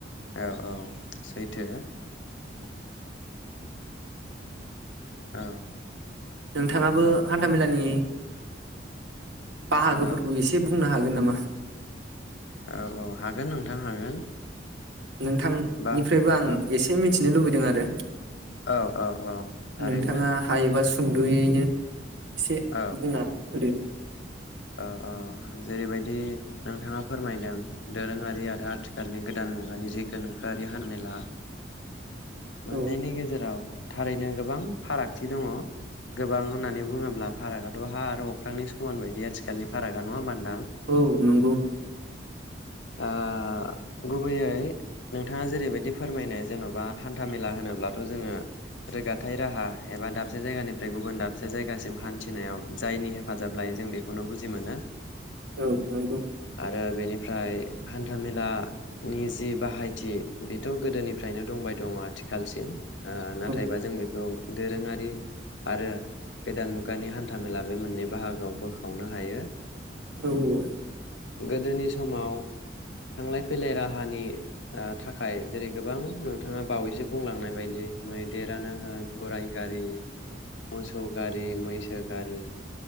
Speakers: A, on the left; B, on the right.
A: औ औ सैथो। औ
B: नोंथाङाबो हान्थामेलानि बाहागोफोरखौ
A: औ
B: एसे बुंनो हाग गोन नामा?
A: औ औ हागोन नोंथां हागोन। <inaudible>
B: नोंथांनिफ्रायबो
A: बा
B: आं
A: औ
B: एसे मिथ थिनो लुबैदों आरो।
A: औ औ औ थारैनो।
B: नोंथाङा हायोबा सुंद'यैनो एसे
A: औ
B: बुंनो हाग आरो
A: औ औ जेरैबायदि नोंथाङा फोरमायदों दोरोङारि आरो आथिखालनि गोदान मुगानि जि गोनोखोआरि हान्मेला मोन्नैनि
B: औ
A: गेजेराव थारैनो गोबां फारागथि दङ गोबां होननानै बुङोब्ला फारागआथ' हा आरो अख्रांनि समान बायदि आथिखालनि फारागा नङा होमबा नों
B: औ नंगौ।
A: ओ गुबैयै नोंथाङा जेरैबायदि फोरमायनाय जेन'बा हान्थामेला होनोब्लाथ' जोङो रोगाथाय राहा एबा दाबसे जायगानिफ्राय गुबुन दाबसे जायगासिम हान्थिनायाव जायनि हेफाजाब लायो जों बेखौनो बुजि मोनो।
B: औ नंगौ
A: आरो बेनिफ्राय हान्थामेलानि जि बाहायथि बेथ' गोदोनिफ्रायनो दंबाय दङ' आथिखालसिम। ओ नाथायबा
B: औ
A: जों बेखौ दोरोङारि आरो गोदान मुगानि हान्थामेला बे मोननै बाहागोआव बोखावनो हायो।
B: औ औ।
A: गोदोनि समाव थांलाय फैलाय राहानि ओ थाखाय जेरै गोबां नोंथाङा बावैसो बुंलांनाय बायदि मैदेरानो होन गराइ गारि, मोसौ गारि, मैसो गारि